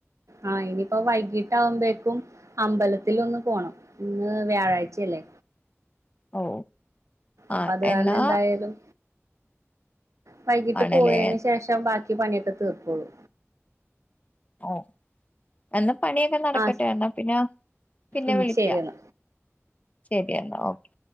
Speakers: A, on the right (about 85°); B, on the left (about 30°).
A: ആഹ് ഇനിയിപ്പോ വൈകീട്ട ആകുമ്പോേക്കും അമ്പലത്തി ഒന്ന് പോണം ഇന്ന് വ്യാഴാഴ്ചല്ലേ
B: ഓ ആഹ്
A: അപ്പൊ അത്
B: എന്നാ
A: കാരണം എന്തായാലും വൈകിട്ട്
B: ആണല്ലേ
A: പോയതിനന് ശേഷം ബാക്കി പണിയൊക്കെ തീർക്കോള്ളൂ
B: ഓ എന്നാ പണിയൊക്കെ നടക്കട്ടെ
A: ആഹ്
B: എന്നാ പിന്നെ പിന്നെ
A: ഉം
B: വിളിക്കാം
A: ശരിയെന്നാ
B: ശരിയെന്നാ ഓക്കെ